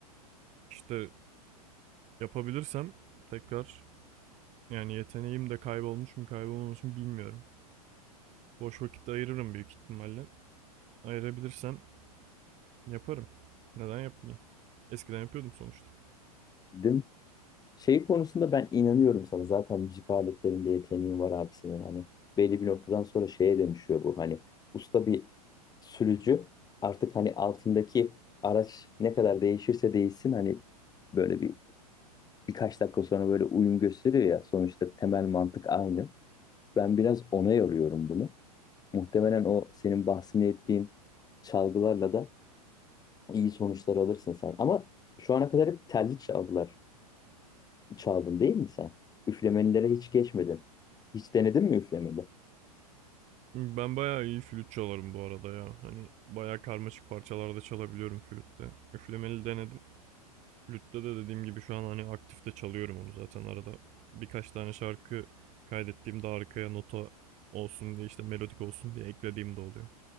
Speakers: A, on the right; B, on the left.
A: İşte yapabilirsem tekrar Yani yeteneğim de kaybolmuş mu kaybolmamış mı bilmiyorum. Boş vakit ayırırım büyük ihtimalle. Ayırabilirsem yaparım. Neden yapmayayım? Eskiden yapıyordum sonuçta.
B: Anladım. Şey konusunda ben inanıyorum sana. Zaten müzik aletlerinde yeteneğin var abi senin. Hani belli bir noktadan sonra şeye dönüşüyor bu. Hani usta bir sürücü artık hani altındaki araç ne kadar değişirse değişsin hani böyle bir birkaç dakika sonra böyle uyum gösteriyor ya. Sonuçta temel mantık aynı. Ben biraz ona yoruyorum bunu. Muhtemelen o senin bahsini ettiğin çalgılarla da iyi sonuçlar alırsın sen. Ama şu ana kadar hep telli çalgılar çaldın değil mi sen? Üflemelilere hiç geçmedin. Hiç denedin mi üflemeli?
A: Ben bayağı iyi flüt çalarım bu arada ya. Hani bayağı karmaşık parçalarda çalabiliyorum flütte. Üflemeli denedim. Flütte de dediğim gibi şu an hani aktifte çalıyorum onu zaten arada. Birkaç tane şarkı kaydettiğimde arkaya nota olsun diye işte melodik olsun diye eklediğim de oluyor.